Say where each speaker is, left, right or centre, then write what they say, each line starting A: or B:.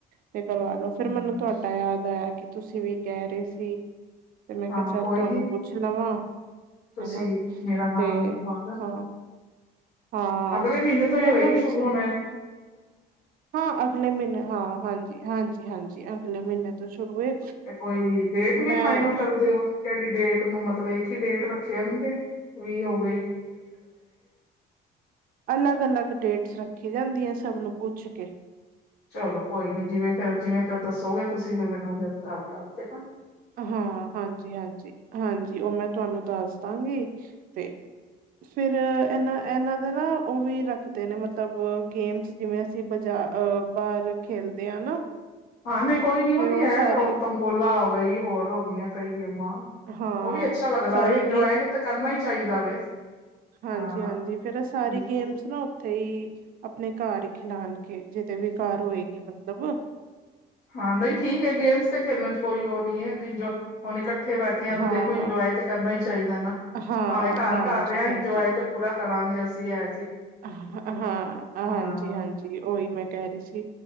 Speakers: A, on the right (about 60°); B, on the left (about 80°).
A: ਤੇ ਕਰਵਾ ਲੋ
B: ਹੂੰ।
A: ਫਿਰ ਮੈਨੂੰ ਤੁਹਾਡਾ ਯਾਦ ਆਇਆ ਕਿ ਤੁਸੀਂ ਵੀ ਕਹਿ ਰਹੇ ਸੀ ਤੇ ਮੈਂ
B: ਹਾਂ
A: ਕਿਹਾ ਚੱਲ
B: ਕੋਈ
A: ਤੁਹਾਨੂੰ
B: ਨੀ
A: ਪੁੱਛ ਲਵਾਂ
B: ਤੁਸੀਂ
A: ਹਨਾ
B: ਮੇਰਾ
A: ਤੇ
B: ਨਾਮ ਲਿਖਵਾ ਦੋ।
A: ਹਾਂ ਹਾਂ
B: ਅਗਲੇ ਮਹੀਨੇ ਤੋਂ
A: ਫਿਰ
B: ਹੀ ਹੋਏਗੀ
A: ਇਹਨਾਂ ਵਿੱਚ
B: ਸ਼ੁਰੂ ਹੋਣਾ
A: ਹਾਂ ਅਗਲੇ ਮਹੀਨੇ ਹਾਂ ਹਾਂਜੀ ਹਾਂਜੀ ਹਾਂਜੀ ਅਗਲੇ ਮਹੀਨੇ ਤੋਂ ਸ਼ੁਰੂ ਏ
B: ਤੇ ਕੋਈ ਡੇਟ ਵੀ
A: ਮੈਂ
B: ਫਾਈਨਲ ਕਰਦਿਓ ਕਿਹੜੀ ਡੇਟ ਨੂੰ ਮਤਲਬ ਇੱਕ ਹੀ ਡੇਟ ਰੱਖਿਆ ਨੂੰ ਵੀ ਉਹ
A: ਅਲੱਗ ਅਲੱਗ ਡੇਟਸ ਰੱਖੀ ਜਾਂਦੀਆਂ ਤਵ ਨੂੰ ਪੁੱਛ ਕੇ
B: ਚਲੋ ਕੋਈ ਨੀ ਜਿਵੇਂ ਫਿਰ ਜਿਵੇਂ ਦੱਸੋਗੇ ਤੁਸੀਂ ਫਿਰ ਮੈਨੂੰ ਫਿਰ ਘਰ ਦੱਸ ਦੇਨਾ।
A: ਹਾਂ, ਹਾਂਜੀ ਹਾਂਜੀ, ਹਾਂਜੀ ਓ ਮੈਂ ਤੁਆਨੂੰ ਦੱਸ ਦਾਂਗੀ। ਤੇ ਫਿਰ ਐਨਾਂ ਐਨਾਂ ਦਾ ਨਾ ਓ ਵੀ ਰੱਖਦੇ ਨੇ ਮਤਲਬ ਗੇਮਸ ਜਿਵੇ ਅਸੀਂ ਬਜਾ ਬਾਰ ਖੇਲਦੇ ਆ ਨਾ
B: ਹਾਂ ਨਈ ਕੋਈ ਨੀ
A: ਤੇ
B: ਵਧੀਐ,
A: ਉਹ ਸਾਰੀ
B: ਤੰਬੋਲਾ ਹੋ ਗਈ ਹੋਰ ਹੋ ਗਈਆ ਕਈ ਗੇਮਾਂ,
A: ਹਾਂ
B: ਓ ਵੀ ਅੱਛਾ ਲੱਗਦਾ
A: ਸਾਰੀ
B: ਵੇ ਇੰਜੋਏ ਤੇ ਕਰਨਾ ਈ ਚਾਈਦਾ ਵੇ।
A: ਹਾਂਜੀ
B: ਹਾਂ
A: ਹਾਂਜੀ ਫੇਰ ਏ ਸਾਰੀ
B: ਬਿਲਕੁਲ
A: ਗੇਮਸ ਨਾ ਓਥੇ ਈ ਅਪਨੇ ਘਰ ਖਿਲਾਨ ਜਿਤੇ ਵੀ ਘਰ ਹੋਏਗੀ ਮਤਲਬ
B: ਹਾਂ ਨਈ ਠੀਕ ਏ, ਗੇਮਸ ਤੇ ਖੇਲਣ ਚ ਕੋਈ ਓ ਨੀ ਏ ਇੰਜੋ ਹੁਨ ਇਕੱ ਠੇ ਬੈਠੇ ਆ
A: ਹਾਂ,
B: ਤਾਂ ਦੇਖੋ ਇੰਜੋਏ ਤੇ ਕਰਨਾ ਹੀ ਚਾਈਦਾ ਨਾ।
A: ਹਾਂ,
B: ਭਾਵੇ ਘਰ
A: ਹਾਂਜੀ-ਹਾਂਜੀ।
B: ਕਰ ਰਏ ਆ ਈਂਜੋਏ ਤੇ ਪੂਰਾ ਕਰਾਂਗੇ ਅਸੀ ਐ
A: ਹਾਂ, ਹਾਂਜੀ
B: ਹਾਂ
A: ਹਾਂਜੀ ਓਈ ਮੈਂ ਕੈ ਰਈ ਸੀ